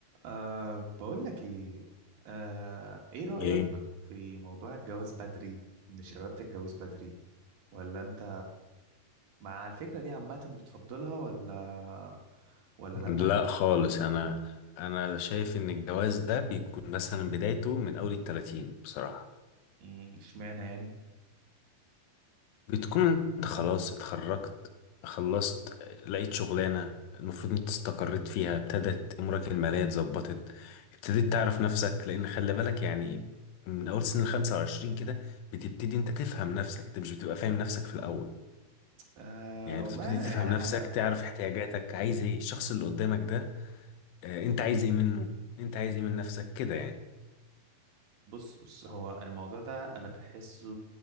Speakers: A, on the right (about 60°); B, on the left (about 80°).
A: أه بقول لك ايه أه ايه رأيك
B: ايه
A: في موضوع الجواز بدري ان الشباب تتجوز بدري ولا انت مع الفكرة دي عامة بتفضلها ولا ولا
B: لا
A: لأ
B: خالص انا انا شايف ان الجواز ده بيكون مثلا بدايته من اول التلاتين بصراحة
A: مم، اشمعنى يعني
B: بتكون انت خلاص اتخرجت خلصت لقيت شغلانة المفروض انت استقريت فيها ابتدت امورك المالية اتظبطت ابتديت تعرف نفسك لان خلي بالك يعني من اول سن الخمسة وعشرين كده بتبتدي انت تفهم نفسك انت مش بتبقى فاهم نفسك في الاول
A: أه
B: يعني
A: والله
B: بتبتدي
A: انا
B: تفهم نفسك
A: انا
B: تعرف
A: يعني
B: احتياجاتك عايز ايه الشخص اللي قدامك ده آه، انت عايز ايه منه انت عايز ايه من نفسك كده يعني
A: بص بص هو الموضوع ده انا بحسه